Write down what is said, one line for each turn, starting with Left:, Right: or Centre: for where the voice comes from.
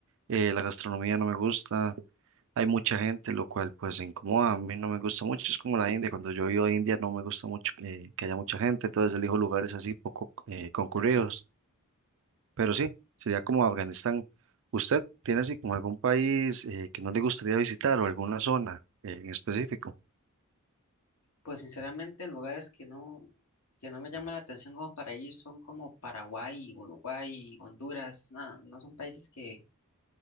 Right: eh, la gastronomía no me gusta, hay mucha gente, lo cual pues incomoda, a mí no me gusta mucho, es como la India, cuando yo iba a India no me gusta mucho que, que haya mucha gente, entonces elijo lugares así poco eh, concurridos, pero sí, sería como Afganistán. ¿Usted tiene así como algún país eh, que no le gustaría visitar o alguna zona eh, en específico?
Left: Pues sinceramente lugares que no, que no me llaman la atención como para ir son como Paraguay, Uruguay, Honduras, nada, no son países que,